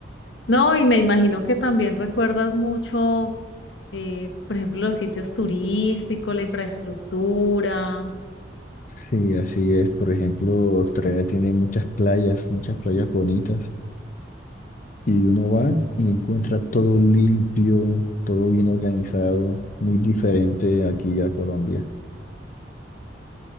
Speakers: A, on the left (about 85°); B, on the left (about 45°).
A: No, y me imagino que también recuerdas mucho, eh, por ejemplo, los sitios turísticos, la infraestructura.
B: Sí, así es. Por ejemplo, Australia tiene muchas playas, muchas playas bonitas, y uno va y encuentra todo limpio, todo bien organizado, muy diferente aquí a Colombia.